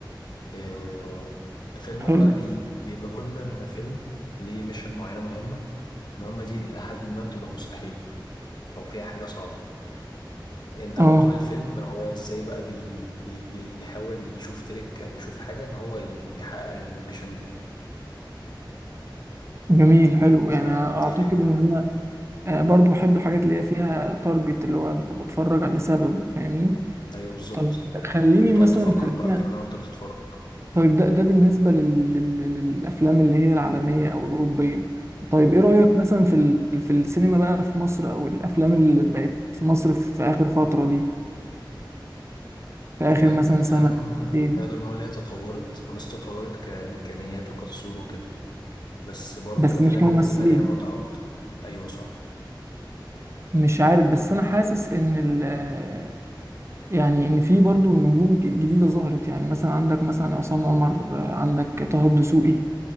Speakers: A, on the left; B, on the right.
A: آه، فيلم
B: حلو
A: بقى بي بيبقى كل فيلم ليه ميشن معينة مهمة المهمة دي إلى حد ما بتبقى مستحيلة أو فيها حاجة صعبة أنت
B: اه
A: بقى طول الفيلم هو إزاي بقى بي بي بيحاول يشوف تريك أو يشوف حاجة إن هو يحقق الميشن دي
B: جميل حلو يعني
A: فدي
B: اعتقد
A: حاجة
B: ان آه، برضو بحب الحاجات اللي هي فيها تارجت اللي هو ببقى بتفرج على- لسبب فاهمني
A: أيوه بالظبط
B: طيب خليني
A: بتقعد
B: مثلا
A: تفكر
B: خلينا
A: بقى كمان وأنت بتتفرج
B: طيب ده ده بالنسبة لل... لل- للأفلام اللي هي العالمية أو الأوروبية طيب
A: مم.
B: إيه رأيك مثلا في ال... في السينما بقى في مصر أو الأفلام اللي بقت في مصر في آخر فترة دي في آخر
A: والله
B: مثلا
A: الأفلام
B: سنة سنتين
A: نقدر نقول هي تطورت بس تطورت كإمكانيات وكتصوير وكده بس برضو
B: بس
A: الأفلام
B: مش كممثلين
A: القديمة ليها متعة أكتر أيوه صح
B: مش عارف بس أنا حاسس إن ال... يعني ان في برضو نجوم ج- جديده ظهرت يعني مثلا عندك مثلا عصام عمر آه، عندك طه الدسوقي